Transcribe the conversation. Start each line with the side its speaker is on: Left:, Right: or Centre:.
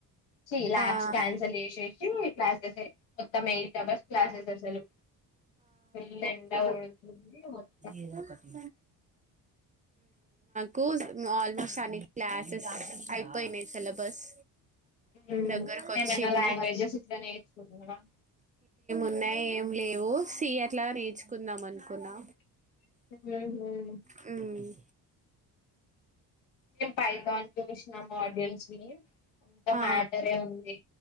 Left: సి ల్యాబ్స్
Right: ఆ.
Left: క్యాన్సిల్ జెసె సి క్లాస్సేస్ సె మొత్తం, ఎయిట్ టవర్స్ క్లాసెస్ అసలు, ఎయిట్ <unintelligible> అవర్ ఉంది <unintelligible>
Right: ఏదొ ఒకటి కూజ్ హ్మ్ ఆల్మోస్ట్ అన్ని క్లా సీస్ అయిపొయినయ్ సిలబస్
Left: హ్మ్
Right: దగ్గరకు వచ్చింది
Left: ఏదన్నా లాంగ్వేజస్ ఇట్ల నేర్చుకుంటున్నావా
Right: ఉన్నాయి ఏం లేవు సి అట్లా నేర్చుకుందాం అనుకున్నా.
Left: <unintelligible> హు
Right: హ్మ్
Left: మేం పైతాన్ చూసినాం ఆడియన్స్ని మొత్తం
Right: ఆ
Left: మ్యాటరే ఉంది.